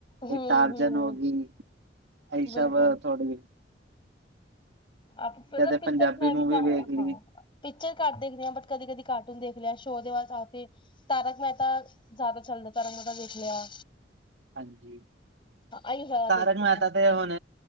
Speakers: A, on the left (about 25°); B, on the right (about 70°).
A: ਹੂੰ-ਹੂੰ
B: ਇੱਕ ਟਾਰਜਨ ਹੋ ਗਈ ਇਹ ਸਭ
A: ਬਿਲਕੁਲ
B: ਥੋੜੀ
A: ਆਪ <unintelligible>
B: ਕਦੇ
A: ਪਿਕੱਚਰ
B: ਪੰਜਾਬੀ
A: ਮੈਂ
B: ਮੂਵੀ
A: ਵੀ ਕ
B: ਵੇਖ ਲਈ
A: ਹਾਂ। ਪਿਕਚਰ ਘੱਟ ਦੇਖਦੇ ਆਂ ਬਟ ਕਦੇ-ਕਦੇ ਕਾਰਟੂਨ ਦੇਖ ਲਿਆ ਸ਼ੋਅ ਦੇ ਬਾਅਦ ਆ ਕੇ। ਤਾਰਕ ਮਹਿਤਾ ਜ਼ਿਆਦਾ ਚੱਲਦਾ ਤਾਰਕ ਮੇਹਤਾ ਵੇਖ ਲਿਆ।
B: ਹਾਂਜੀ,
A: ਆਹੀ ਜ਼ਿਆਦਾ
B: ਤਾਰਗ
A: ਦੇਖਦੇ
B: ਮਹਿਤਾ
A: ਆ।
B: ਤੇ ਹੁਣ